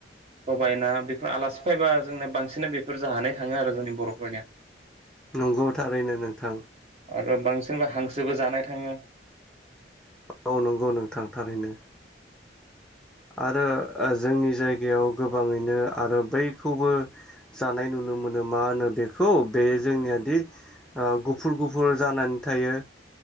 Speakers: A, on the right; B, in the centre.
A: सबाइ ना बेफोर आलासि फायबा जोंनो बांसिन बेफोर जा होनाय थाङो आरो जोंनि बरफोरनिया।
B: नंगौ थारैनो नोंथां।
A: आरो बांसिनबो हांसोबो जानाय थाङो।
B: औ नंगौ नोंथां। थारैनो। आरो जोंनि जायगायाव गोबाङैनो आरो बैखौबो जानाय नुनो मोनो मा होनो बेखौ बे जोंनियादि ओ गुफुर गुफुर जानानै थायो